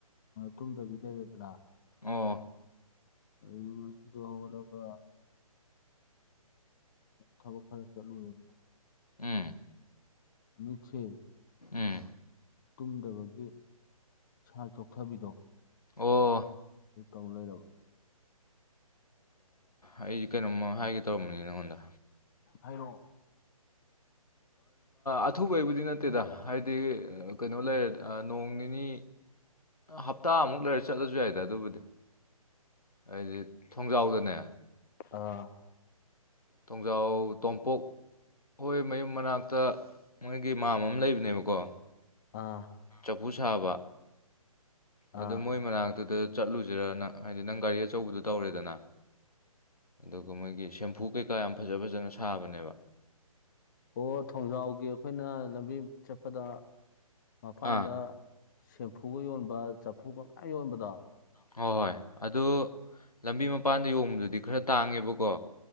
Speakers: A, on the left (about 30°); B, on the left (about 80°).
A: ꯇꯨꯝꯗꯕꯤ ꯂꯩꯔꯦꯗꯅ
B: ꯑꯣ
A: ꯑꯗꯨ ꯉꯁꯤꯗꯣ ꯍꯧꯒꯠꯂꯒ ꯊꯕꯛ ꯈꯔ ꯆꯠꯂꯨ ꯑꯣꯏꯅ
B: ꯎꯝ
A: ꯃꯤꯠꯁꯦ
B: ꯎꯝ
A: ꯇꯨꯝꯗꯕꯒꯤ ꯁꯥꯔ ꯆꯣꯛꯊꯕꯤꯗꯣ
B: ꯑꯣ
A: ꯑꯗꯨ ꯇꯧ ꯂꯩꯔꯕ
B: ꯑꯩꯁꯦ ꯀꯩꯅꯣꯃ ꯍꯥꯏꯒꯦ ꯇꯧꯔꯝꯕꯅꯤ ꯅꯪꯉꯣꯟꯗ
A: ꯍꯥꯏꯔꯛꯑꯣ
B: ꯑꯊꯨꯕꯩꯕꯨꯗꯤ ꯅꯠꯇꯦꯗ ꯍꯥꯏꯗꯤ ꯀꯩꯅꯣ ꯂꯩꯔꯦ ꯅꯣꯡ ꯅꯤꯅꯤ ꯍꯞꯇꯥꯃꯨꯛ ꯂꯩꯔ ꯆꯠꯂꯁꯨ ꯌꯥꯏꯗ ꯑꯗꯨꯕꯨꯗꯤ ꯍꯥꯏꯗꯤ ꯊꯣꯡꯖꯥꯎꯗꯅꯦ
A: ꯑꯥ
B: ꯇꯣꯡꯖꯥꯎ ꯇꯣꯝꯄꯣꯛ ꯍꯣꯏ ꯃꯌꯨꯝ ꯃꯅꯥꯛꯇ ꯃꯣꯏꯒꯤ ꯃꯥꯝ ꯑꯃ ꯂꯩꯕꯅꯦꯕꯀꯣ
A: ꯑꯥ
B: ꯆꯐꯨ ꯁꯥꯕ
A: ꯑꯥ
B: ꯑꯗꯨ ꯃꯣꯏ ꯃꯅꯥꯛꯇꯨꯗ ꯆꯠꯂꯨꯁꯤꯔ ꯅꯪ ꯍꯥꯏꯗꯤ ꯅꯪ ꯒꯥꯔꯤ ꯑꯆꯧꯕꯗꯣ ꯇꯧꯔꯦꯗꯅ ꯑꯗꯨꯒ ꯃꯣꯏꯒꯤ ꯁꯦꯝꯐꯨ ꯀꯩꯀꯥ ꯌꯥꯝ ꯐꯖ ꯐꯖꯅ ꯁꯥꯕꯅꯦꯕ
A: ꯑꯣ ꯊꯣꯡꯖꯥꯎꯒꯤ ꯑꯩꯈꯣꯏꯅ ꯂꯝꯕꯤ ꯆꯠꯄꯗ ꯃꯄꯥꯟꯗ
B: ꯑꯥ
A: ꯁꯦꯝꯐꯨꯒ ꯌꯣꯟꯕ ꯆꯐꯨꯒ ꯃꯌꯥꯝ ꯌꯣꯟꯕꯗꯣ
B: ꯍ ꯍꯣꯏ ꯑꯗꯨ ꯂꯝꯕꯤ ꯃꯄꯥꯟꯗ ꯌꯣꯡꯕꯗꯨꯗꯤ ꯈꯔ ꯇꯥꯡꯉꯦꯕꯀꯣ